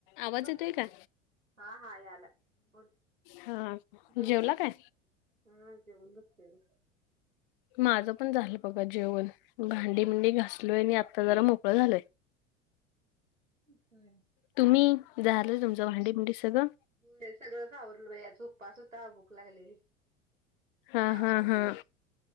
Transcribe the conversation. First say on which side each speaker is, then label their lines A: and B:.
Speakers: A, on the right; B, on the left.
A: हॅलो
B: आवाज येतोय का?
A: हा हा यालाय बोल
B: हा
A: जेवलीस?
B: जेवला काय?
A: हा जेऊन बसलेलो.
B: माझं पण झालं बघा जेवण भांडी बिंडी घासलोय आणि आत्ता जरा मोकळा झालय.
A: हम्म हाय.
B: तुम्ही तुमचं झाले भांडी बुंडी सगळं?
A: होय सगळचं आवरलं बाई आज उपास होता भू क लागलेली
B: हा
A: कामवरनं
B: हा हा
A: यास.